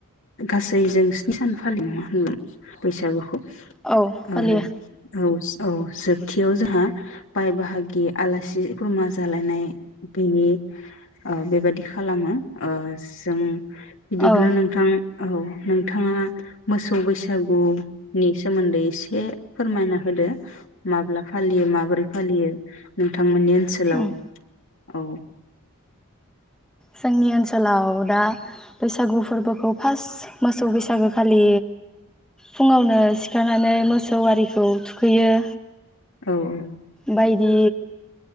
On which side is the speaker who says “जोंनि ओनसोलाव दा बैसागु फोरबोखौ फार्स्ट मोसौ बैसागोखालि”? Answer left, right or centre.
Centre